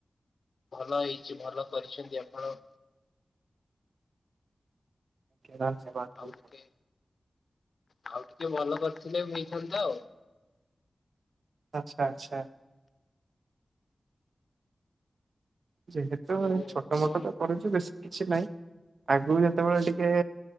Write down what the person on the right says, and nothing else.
ଧନ୍ୟବାଦ।
ଆଛା ଆଚ୍ଛା। ଯେହେତୁ
ଛୋଟ ମୋଟ
ତ କରଛି ବେଶୀ କିଛି ନାହିଁ ଆଗରୁ ଯେତେବେଳେ ଟିକେ